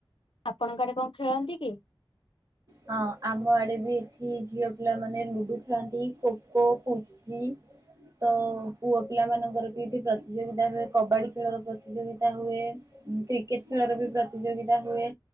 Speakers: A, on the left; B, on the right.
A: ଆପଣଙ୍କ ଆଡେ କଣ ଖେଳନ୍ତି କି?
B: ହଁ ଆମ ଆଡେ ବି ଏଠି ଝିଅ ପିଲାମାନେ ଲୁଡୁ ଖେଳନ୍ତି ଖୋ ଖୋ, ପୁ ଛି। ତ ପୁଅ ପିଲାମାନଙ୍କର ବି ଏଠି ପ୍ରତିଯୋଗିତା ହୁଏ କବାଡ଼ି ଖେଳର ପ୍ରତିଯୋଗିତା ହୁଏ। କ୍ରିକେଟ ଖେଳର ବି ପ୍ରତିଯୋଗିତା ହୁଏ